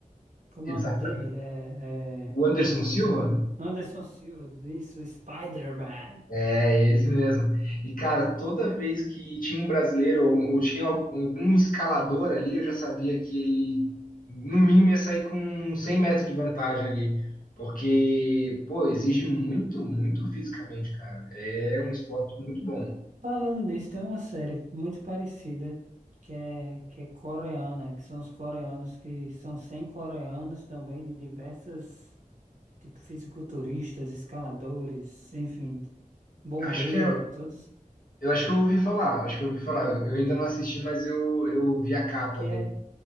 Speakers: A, on the right; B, on the left.
A: Como
B: exato.
A: é o nome dele? É, é
B: O Anderson Silva?
A: Jamie- Anderson Silva, isso, Spider-Man.
B: É esse mesmo. E, cara, toda vez que tinha um brasileiro ou, ou tinha al- algum escalador ali, eu já sabia que ele, no mínimo, ia sair com 100 metros de vantagem ali. Porque, pô, exige muito, muito fisicamente, cara. É um esporte muito bom.
A: Falando nisso, tem uma série muito parecida que é, que é coreana, que são os coreanos que são 100 coreanos também de diversas, tipo, fisiculturistas, escaladores, enfim, bombeiro,
B: Acho que é,
A: todos
B: eu acho que eu ouvi falar, acho que eu ouvi falar. Eu ainda não assisti, mas eu, eu vi a capa
A: que
B: dele.
A: é,